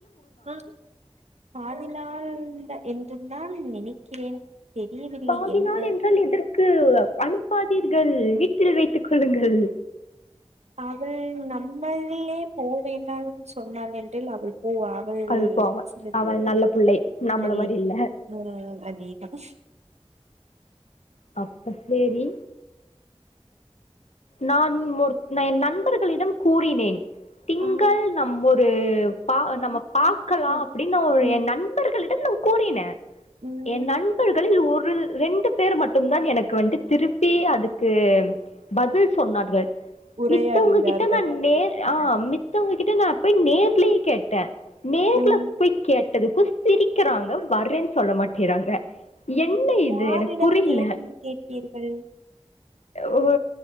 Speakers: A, on the right; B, on the left.
A: உஹம் பதி நாள் இல்ல என்று நான் நினைக்கிறேன். தெரியவில்லை
B: பாதி
A: என்ன
B: நாள் என்றால் எதற்கு அனுப்பாதீர்கள். வீட்டில் வைத்துக் கொள்ளுங்கள்.
A: அவள் நம்மள்ளிலே போ வேண்டான் சொன்னாள் என்றள் அவள் ஓ அவள்
B: அழுப்பா அவ
A: <unintelligible>
B: அவள் நல்ல புள்ளை நம்மள
A: நல்லது
B: மாரி இல்ல
A: ஓ அதிகிகம்
B: அப்ப சேரி நான் ஒருன் என் நண்பர்களிடம் கூறினேன் திங்கள்
A: ஆ
B: நம் ஒரு பா நம்ம பாக்கலாம்
A: ம்
B: அப்பிடின்னு ஒரு
A: ம்
B: என் நண்பர்களிடம் நா கூறினே
A: ம்
B: என் நண்பர் களில் ஒரு ரெண்டு பேர் மட்டும் தான் எனக்கு வந்து திருப்பி அதுக்கு பதில் சொன்னார்கள்
A: உரையாடுகிறார்கள்
B: மித்தவுங்க கிட்ட நான் நேர் ஆஹ் மித்தவுங்ககிட்ட நான் போய் நேர்லயே கேட்டேன் நேர்ல
A: ம்
B: போய் கேட் எதுக்கோ சிரிக்கறாங்க வர்றேன்னு சொல்ல மாட்டிறாங்க என்ன இது
A: யாரிடம்
B: எனக்கு புரில
A: நேரில் கேட்டீர்கள்
B: ஒ